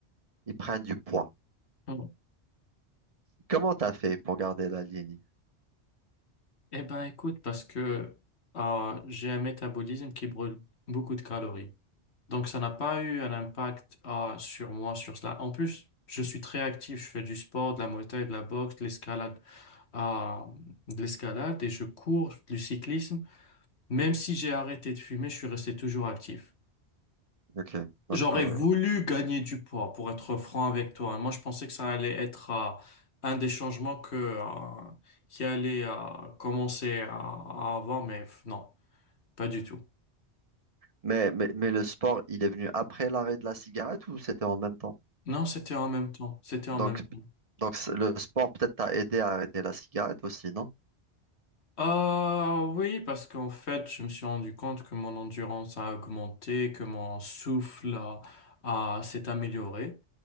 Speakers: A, on the right; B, on the left.
A: ils prennent du poids.
B: <laughs>
A: Comment t'as fait pour garder la ligne?
B: Eh ben, écoute, parce que euh, j'ai un métabolisme qui brûle beaucoup de calories. Donc, ça n'a pas eu un impact euh, sur moi, sur cela. En plus, je suis très actif. Je fais du sport, de la Muay Thai, de la boxe, de l'escalade, euh, de l'escalade et je cours, du cyclisme. Même si j'ai arrêté de fumer, je suis resté toujours actif.
A: Ok. Donc,
B: J'aurais
A: euh,
B: voulu gagner du poids, pour être franc avec toi. hein. Moi, je pensais que ça allait être euh, un des changements que, euh, qui allait euh, commencer à, à avoir, mais f- non. Pas du tout.
A: mais, mais, mais le sport, il est venu après l'arrêt de la cigarette ou c'était en même temps?
B: Non, c'était en même temps. C'était en
A: Donc,
B: même temps.
A: donc c- le sport peut-être t'a aidé à arrêter la cigarette aussi, non?
B: Ah oui, parce qu'en fait, je me suis rendu compte que mon endurance a augmenté, que mon souffle a, a- s'est amélioré